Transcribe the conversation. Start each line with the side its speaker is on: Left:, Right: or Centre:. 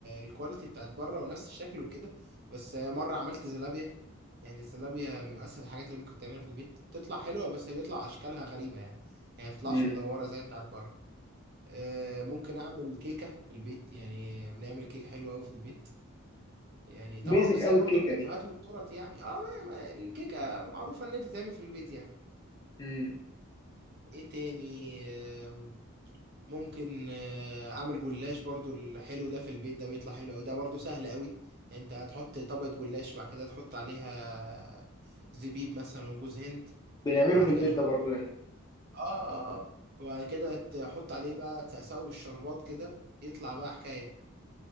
Right: الكواليتي بتاعت بره ونفس الشكل وكده بس مره عملت زلابيا يعني الزلابيا من اسهل الحاجات اللي ممكن تعملها في البيت بتطلع حلوه بس هي بيطلع اشكالها غريبه يعني يعني ما بتطلعش
Left: امم
Right: مدوره زي بتاعت بره آه، ممكن اعمل كيكه في البيت يعني بنعمل كيكه حلوه قوي في البيت يعني
Left: بيزك
Right: طبعا مش زي
Left: قوي
Right: برضو
Left: الكيكه
Right: الكافيهات
Left: دي
Right: والتورت يعني اه ما ما الكيكه معروفه ان انت تعمل في البيت يعني
Left: امم
Right: ايه تاني آم، ممكن آه، اعمل جلاش برضو الحلو ده في البيت ده بيطلع حلو قوي ده برضو سهل قوي انت هتحط طبقه جلاش بعد كده تحط عليها زبيب مثلا وجوز هند
Left: بنعمله
Right: بعد
Left: في البيت
Right: كده تحط
Left: ده برضو هنا
Right: اه اه اه وبعد كده تحط عليه بقى تساوي بالشربات كده يطلع بقى حكايه